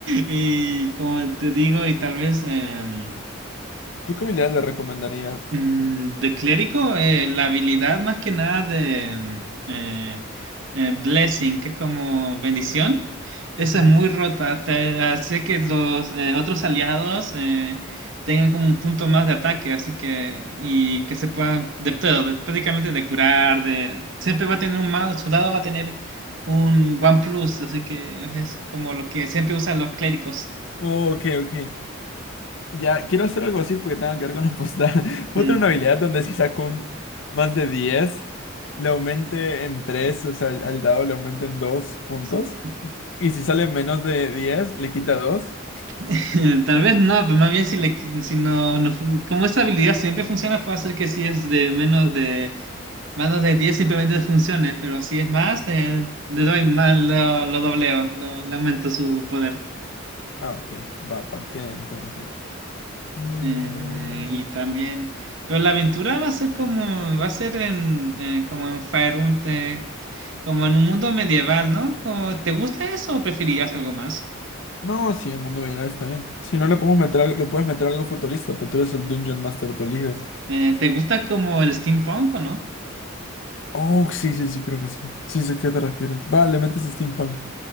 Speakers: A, on the right; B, on the left.
A: y como te digo, y tal vez em,
B: ¿Tú qué habilidad le recomendarías?
A: Mm, de clérigo, eh, la habilidad más que nada de eh, eh, blessing, que es como bendición, esa
B: Ujú.
A: es muy rota, te hace que los eh, otros aliados eh, tengan como un punto más de ataque, así que, y que se puedan, de todo, de- prácticamente de curar, de, siempre va a tener un más, su dado va a tener un one plus, así que es como lo que siempre usan los clérigos.
B: Oh, ok, ok. Ya, quiero hacer algo así porque tengo que ver con apostar. <laughs> Otra
A: Mm.
B: una habilidad donde si saco un más de 10 le aumente en 3, o sea, al, al dado le aumenten 2 puntos.
A: sí.
B: Y si sale menos de 10 le quita 2.
A: <laughs> Tal vez no, pero más bien si, le, qui- si no, no fun- como esa habilidad siempre funciona, puede hacer que si es de menos de menos de 10 simplemente funcione, pero si es más, eh, le doy más, lo, lo dobleo, lo- le aumento su poder.
B: Ah, ok, va, va, queda entonces. Mm,
A: Eh, y también, pero la aventura va a ser como, va a ser en, eh, como en Faerun, te- como en un mundo medieval, ¿no? Como, ¿te gusta eso o preferirías algo más?
B: no, sí, el mundo binario está bien. Si no, le podemos meter, al- le puedes meter algo futurista, pero tú eres el Dungeon Master, tú eliges.
A: Eh, ¿te gusta como el steampunk o no?
B: Oh, sí, sí, sí, creo que sí. Sí sé a qué te refieres. Va, le metes steampunk.